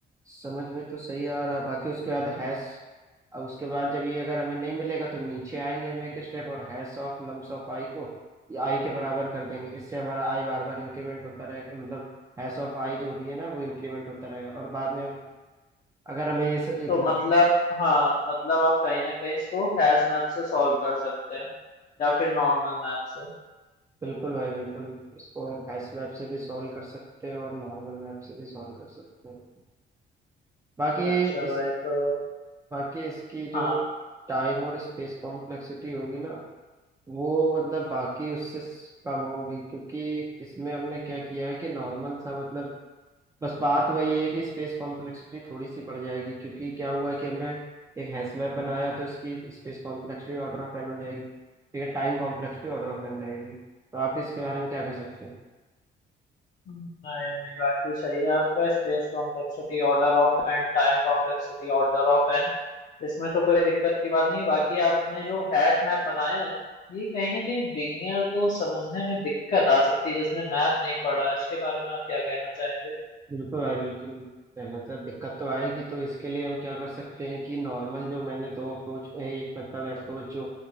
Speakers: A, on the right; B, on the left.
A: समझ में तो सही आ रहा है बाकी उसके बाद हैश अब उसके बाद जब ये अगर हमें नहीं मिलेगा तो नीचे आएंगे हम एक स्टेप और hash of nums of i को आई के बराबर कर देंगे इससे हमारा आई बार बार इंक्रीमेंट होता रहे मतलब हैश ऑफ आई जो भी है ना वो इंक्रीमेंट होता रहेगा और बाद में हम अगर हमें ये सब इतना
B: तो मतलब हाँ मतलब आप कहीं ना कहीं इसको हैश मैप से सॉल्व कर सकते हैं या फिर नॉर्मल मैप से
A: बिल्कुल भाई बिल्कुल इसको हैश मैप से भी सॉल्व कर सकते हैं और नॉर्मल मैप से भी सॉल्व कर सकते हैं बाकी
B: अच्छा
A: इस
B: भाई तो
A: बाकी इसकी जो
B: हाँ
A: टाइम और स्पेस कॉम्प्लेक्सिटी होगी ना वो मतलब बाकी उससे स- कम होगी क्योंकि इसमें हमने क्या किया है कि नॉर्मल सा मतलब बस बात वही है कि स्पेस कॉम्प्लेक्सिटी थोड़ी सी बढ़ जाएगी क्योंकि क्या हुआ है कि हमने एक हैश मैप बनाया तो इसकी space complexity order of n हो जाएगी ठीक है time complexity order of n रहेगी तो आप इसके बारे में क्या कह सकते हैं
B: नहीं नहीं बाकी सही है आपका space complexity order of N time complexity order of N इसमें तो कोई दिक्कत की बात नहीं बाकी आपने जो हैश मैप बनाया है ये कहीं ना कहीं बिगिनियर को समझने में दिक्कत आ सकती है जिसने मैप नहीं पढ़ा है इसके बारे में आप क्या कहना चाहेंगे
A: बिल्कुल भाई बिल्कुल सहमत है दिक्कत तो आएगी तो इसके लिए हम क्या कर सकते हैं कि नॉर्मल जो मैंने दो अप्रोच एक मतलब अप्रोच जो